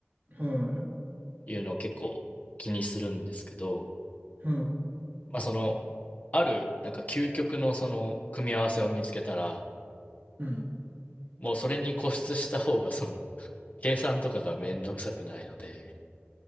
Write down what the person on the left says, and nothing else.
いうのを結構気にするんですけど、
まあその、ある、なんか究極のその組み合わせを見つけたら、
もうそれに固執した方がその、計算とかがめんどくさくないので、